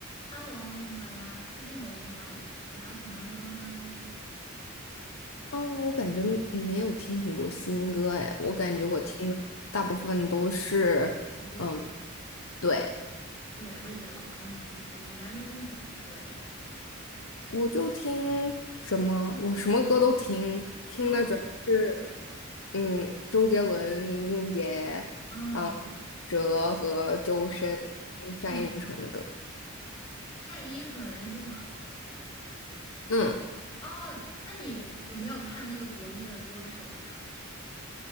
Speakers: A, on the left; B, on the left.
A: Hello，你好呀，最近有什么比较喜欢的歌吗？
B: 哦，我感觉嗯没有听很多新歌哎，我感觉我听的大部分都是，
A: 老歌，
B: 嗯，对，
A: 对，我也觉得老歌很经典。你一般都听什么歌呀？
B: 我就听什么，我什么歌都听，听的主要是
A: 哦，
B: 嗯周杰伦、林俊杰啊、
A: 嗯
B: 哲和周深、单依纯的歌。
A: 嗯，嗯，单依纯是吗？
B: 嗯，
A: 哦，那你有没有看那个国内的歌手呀？